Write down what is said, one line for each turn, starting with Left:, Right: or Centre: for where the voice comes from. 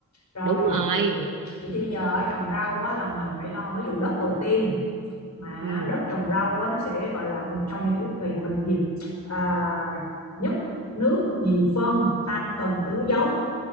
Left: rồi
Right: đúng rồi
Left: vậy thì giờ trồng rau á, là mình phải lo cái vụ đất đầu tiên mà
Right: ừ.
Left: đất trồng rau á, nó sẽ gọi là một trong những yếu thì mình gì à, nhất nước nhì phân tam cần tứ dấu